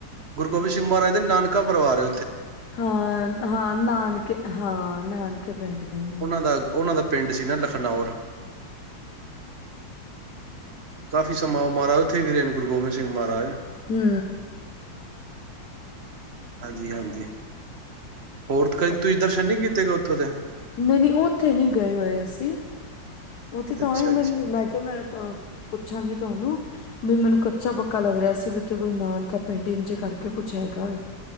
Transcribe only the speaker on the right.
ਗੁਰੂ ਗੋਬਿੰਦ ਮਹਾਜ ਦੇ ਨਾਨਕਾ ਪ੍ਰਵਾਰ ਏ
ਦਾ ਉਹਨਾਂ ਦਾ ਪਿੰਡ ਸੀ ਨਾ ਲੱਖ ਨੌਰ ਕਾਫੀ ਸਮਾਂ ਉਹ ਮਹਾਰਾਜ ਉੱਥੇ ਰਹੇ ਗੁਰੂ ਗੋਬਿੰਦ ਸਿੰਘ ਮਹਾਰਾਜ
ਹਾਂਜੀ ਹਾਂਜੀ ਹੋਰ ਕਦੇ ਤੁਸੀਂ ਦਰਸ਼ਨ ਨਹੀਂ ਕੀਤੇ ਗਏ ਉੱਥੋਂ ਦੇ
ਅੱਛਾ
ਅੱਛਾ